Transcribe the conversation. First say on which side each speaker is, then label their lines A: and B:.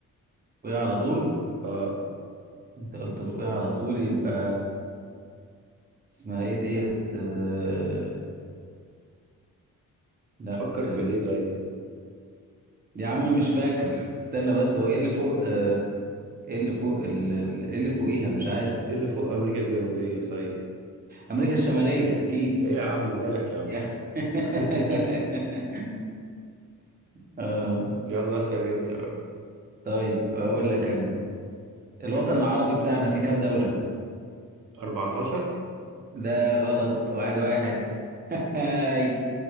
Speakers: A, on the right; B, on the right.
A: فوقيها على طول
B: آه
A: انت قلت فوقيها على طول يبقى اسمها ايه ديت آه... لا
B: تفكر
A: آه...
B: في إيه
A: اس-
B: طيب
A: يا عم مش فاكر استنى بس هو ايه اللي فوق آه... ايه اللي فوق ال... ال- ايه اللي فوقيها مش عارف
B: إيه اللي فوق أمريكا الجنوبية طيب
A: امريكا الشمالية اكيد
B: إيه يا عم مالك يا عم
A: يا- <laughs>
B: <laughs>
A: اه
B: يلا اسأل أنت بقى
A: طيب اقول لك انا الوطن العربي بتاعنا في كام دولة؟
B: 14
A: لا غلط واحد واحد <laughs> هاي